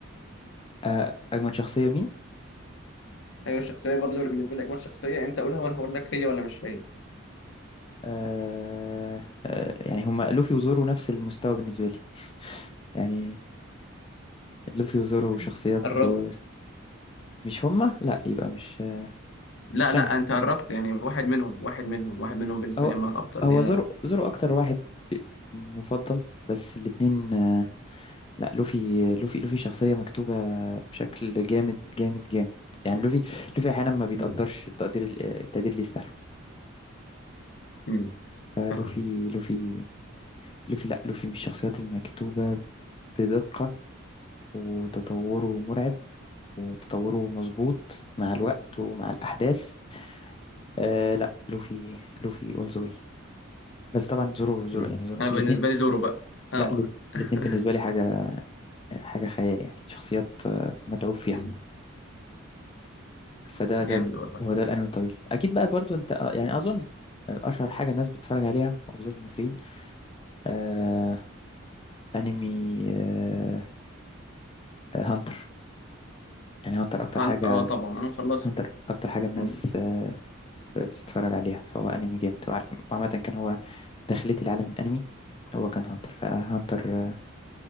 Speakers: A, on the left (about 25°); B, on the left (about 60°).
A: آه، أجمد شخصية مين
B: ايوه الشخصية برضو اللي بالنسبة لك اجمد شخصية انت قولها وانا هقول لك هي ولا مش هي
A: آه آه يعني هما لوفي وزورو نفس المستوى بالنسبة لي يعني لوفي وزورو
B: مم.
A: شخصيات
B: قربت
A: آه، مش هما لا يبقى مش آه،
B: لا
A: مش شانكس
B: لا انت قربت يعني واحد منهم واحد منهم واحد منهم بالنسبه
A: هو
B: لي هم الافضل
A: هو
B: يا
A: زورو زورو أكتر واحد مفضل بس الاتنين آه، لا لوفي لوفي لوفي شخصية مكتوبة بشكل جامد جامد جامد يعني لوفي لوفي أحيانا ما بيتقدرش
B: مم.
A: التقدير ال- آه، التقدير اللي يستاهله
B: مم.
A: فلوفي
B: فاهمك
A: لوفي لوفي لا لوفي من الشخصيات المكتوبة بدقة وتطوره مرعب وتطوره مظبوط مع الوقت ومع الأحداث آه لا لوفي لوفي اول ذا واي بس طبعا زورو زورو
B: مم.
A: يعني زورو
B: انا بالنسبه
A: الاثنين
B: لي زورو بقى اه
A: لا الات-
B: انا <laughs>
A: الاثنين بالنسبة لي حاجة حاجة خيال يعني شخصيات آه، متعوب فيها
B: مم.
A: فده
B: جامد
A: ده
B: والله
A: هو ده الأنمي الطويل أكيد بقى برضو أنت آه، يعني أظن آه، أشهر حاجة الناس بتتفرج عليها وبالذات المصريين آه أنمي آه آه، هانتر يعني هانتر أكتر
B: هن...
A: حاجة
B: اه طبعا انا مخلصه
A: هانتر أكتر حاجة الناس
B: مم.
A: آه، بتتفرج عليها فهو انمي جامد وعارف وعامة كان هو دخلتي لعالم الانمي هو كان هانتر فهانتر